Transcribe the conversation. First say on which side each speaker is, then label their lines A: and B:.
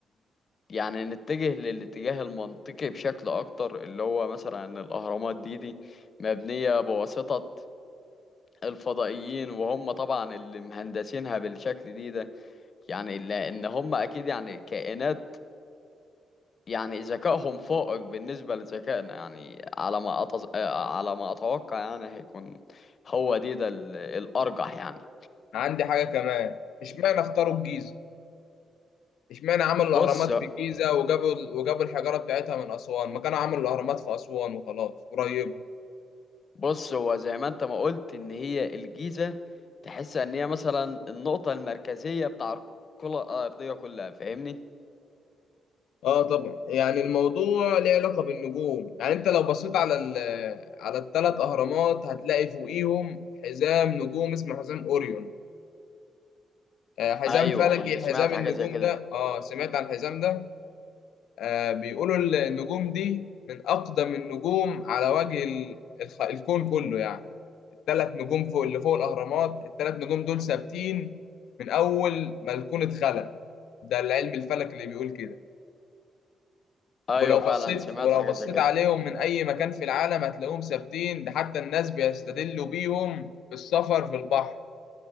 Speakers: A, on the left; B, on the left.
A: يعني نتجه للاتجاه المنطقي بشكل اكتر اللي هو مثلا ان الاهرامات دي دي مبنية بواسطة الفضائيين وهم طبعا اللي مهندسينها بالشكل دي ده يعني لان هم اكيد يعني كائنات يعني ذكائهم فائق بالنسبة لذكائنا يعني على ما أتز... آه، على ما اتوقع يعني هيكون هو دي ده ال- الارجح يعني
B: عندي حاجة كمان اشمعنى اختاروا الجيزة اشمعنى عملوا الأهرامات
A: بص
B: في الجيزة وجابوا وجابوا الحجارة بتاعتها من أسوان ما كانوا عملوا الأهرامات في أسوان وخلاص قريبة
A: بص هو زي ما انت ما قلت ان هي الجيزة تحس ان هي مثلا النقطة المركزية بتاع الكرة الأرضية كلها فاهمني؟
B: اه طبعا يعني الموضوع ليه علاقة بالنجوم يعني انت لو بصيت على ال على الثلاث أهرامات هتلاقي فوقيهم حزام نجوم اسمه حزام أوريون آه، حزام
A: ايوه
B: فلكي
A: كنت سمعت
B: حزام النجوم
A: حاجة زي كده
B: ده اه سمعت عن الحزام ده آه، بيقولوا النجوم دي من أقدم النجوم على وجه ال- الخ- الكون كله يعني الثلاث نجوم فوق اللي فوق الأهرامات الثلاث نجوم دول ثابتين من أول ما الكون اتخلق ده العلم الفلك اللي بيقول كده
A: ايوه
B: ولو
A: فعلا
B: بصيت
A: سمعت
B: ولو
A: حاجة
B: بصيت
A: زي كده
B: عليهم من أي مكان في العالم هتلاقيهم ثابتين ده حتى الناس بيستدلوا بيهم في السفر في البحر